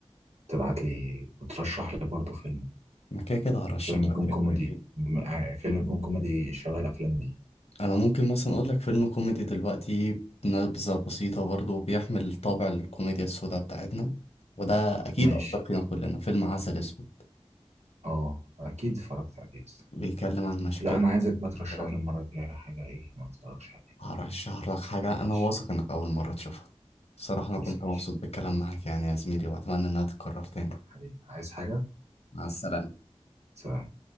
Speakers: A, on the right (about 80°); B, on the left (about 65°).
A: تبعت لي وترشح لي برضه فيلم
B: أنا كده كده هرشح
A: فيلم يكون
B: لك فيلم
A: كوميدي
B: اكيد
A: م- آه، فيلم يكون كوميدي شبه الافلام دي
B: انا ممكن مثلا اقول لك فيلم كوميدي دلوقتي نبذة بسيطة برضه بيحمل طابع الكوميديا السوداء بتاعتنا وده اكيد
A: ماشي
B: اثر فينا كلنا فيلم عسل اسود
A: اه اكيد اتفرجت عليه بس
B: بيتكلم عن مشاكل
A: لا انا عايزك بقى ترشح
B: الشباب
A: لي المره الجايه حاجه ايه ما اتفرجش عليها
B: هرشح لك حاجة
A: ماشي
B: انا واثق انك اول مرة تشوفها الصراحة
A: خلص
B: انا كنت
A: ماشي
B: مبسوط بالكلام معاك يعني يا زميلي واتمنى انها تتكرر تاني
A: حبيبي عايز حاجة
B: مع السلامة
A: سلام